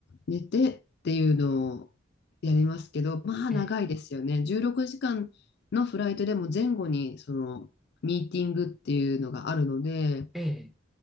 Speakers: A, on the left; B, in the centre.
A: 寝てっていうのをやりますけど、まあ長いですよね。
B: ええ、
A: 16時間のフライトでも前後にそのミーティングっていうのがあるので、
B: ええ。